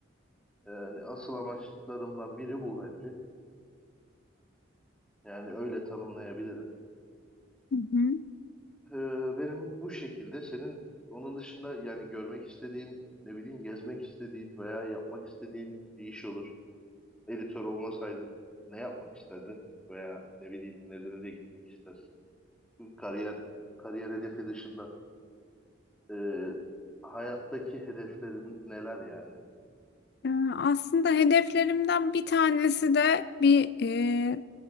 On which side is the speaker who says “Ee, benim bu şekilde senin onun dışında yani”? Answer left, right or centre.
Centre